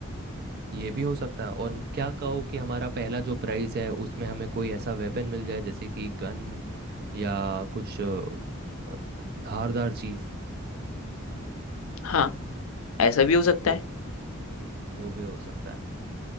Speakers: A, on the right; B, on the left.
A: ये भी हो सकता है और क्या <laughs> कहो कि हमारा पहला जो प्राइज है उसमें हमें कोई ऐसा वेपन मिल जाए जैसे कि गन या कुछ अ, धारदार चीज
B: हाँ ऐसा भी हो सकता
A: वो
B: है
A: भी वो भी हो सकता है